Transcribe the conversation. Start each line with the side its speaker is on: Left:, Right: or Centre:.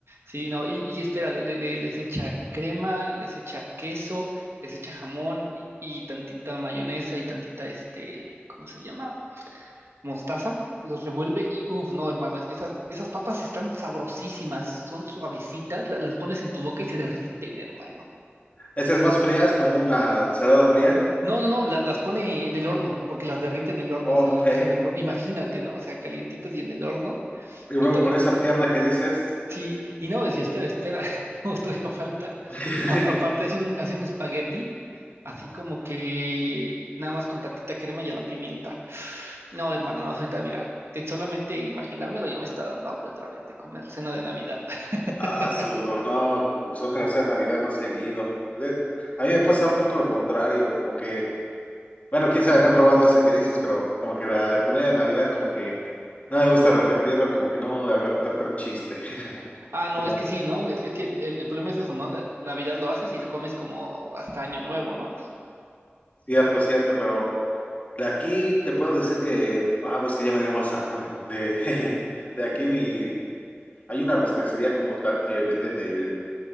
Right: sí, no, y, y espera, le- le- le- les echa crema, les echa queso, les echa jamón y, y tantita mayonesa y tantita, este, ¿cómo se llama? Mostaza. Los revuelve y uff, no, hermano, es- esas, esas papas están sabrosísimas, son suavecitas, la- las pones en tu boca y se derriten, hermano.
Left: Esta es más fría, es como una salada fría.
Right: No, no, no, la- las pone en el horno, porque las derrite en el horno,
Left: Ok.
Right: o sea, las deja en el horno, imagínate, ¿no? O sea, calientitas y en el horno,
Left: Y luego
Right: y, to-
Left: con
Right: y-
Left: esa pierna que dices.
Right: sí, y no, decía, espera, espera, <laughs> no, todavía falta.
Left: <laughs>
Right: A- aparte hace un, hace un espagueti, así como que nada más con tantita crema y a la pimienta. No, hermano, no, ahorita mira, de solamente imaginármelo ya me está dando hambre otra vez de comer cena de Navidad. <laughs>
Left: Ah, su, no, pues ojalá sea Navidad más seguido. De- a mí me pasa un poco lo contrario, como que, bueno, quién sabe, no he probado esa que dices, pero como que la comida de Navidad, como que no me gusta repetirla, como que no le agarro tanto chiste. <laughs>
Right: Ah, no,
Left: Como,
Right: es que sí, ¿no? Es que, es que el, el problema es eso, ¿no? La- Navidad lo haces y lo comes como hasta Año Nuevo, ¿no?
Left: cierto, cierto, pero de aquí te puedo decir que, ah, pues que ya me dio más hambre. De, <laughs> de aquí mi, Hay una rosticería como tal que venden el,